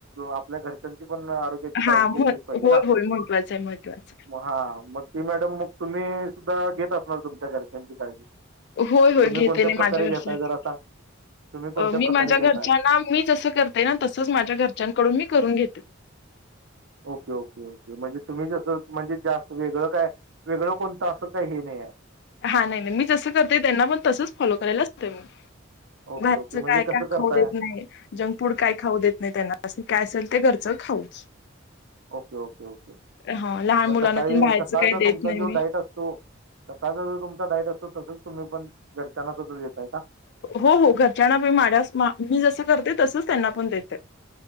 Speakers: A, on the right (about 65°); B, on the left (about 55°).
A: आपल्या घरच्यांची पण आरोग याची काळजी
B: हा
A: घेतलीच
B: होय
A: पाहिजे ना.
B: होय महत्वाचं आहे महत्वाचं
A: हा मग ती मॅडम मग तुम्ही सुद्धा घेत असणार तुमच्या घरच्यांची काळजी.
B: होय होय
A: तुम्ही
B: घेते
A: कोणत्या
B: नाही
A: प्रकारे
B: माझ्या घरच्या
A: घेताय जरा सांग तुम्ही कोणत्या
B: मी
A: प्रकारे
B: माझ्या
A: घेताय?
B: घरच्या ना मी जस करते ना तसंच माझ्या घरच्याकडून मी करून घेते.
A: ओके ओके ओके म्हणजे तुम्ही जसं म्हणजे जास्त वेगळं काय वेगळं कोणतं असं काही हे नाही आहे.
B: हा नाही नाही मी जसं करतेय त्यांना पण तसंच फॉलो कराय असतं मी.
A: Okay,
B: बाहेरच
A: okay. म्हणजे
B: काय काय
A: कसं
B: खाऊ
A: करताय?
B: देत नाही. जंक फूड काय खाऊ देत नाही त्यांना अस काय असेल ते घरचं खाऊच
A: ओके ओके ओके
B: हा लहान
A: मग
B: मुलांना
A: सकाळी
B: ते बाहेरचं
A: सकाळचा
B: काही देत
A: तुमचा
B: नाही
A: जो
B: मी.
A: डाईट असतो तो स्वतःचा जो तुमचा डाईट असतो तसच तुम्ही पण घरच्यांना स्वत दताय अग.
B: हो हो घरच्यांना बी माड्यास मी जसं करते तसंच त्यांना पण दे ते.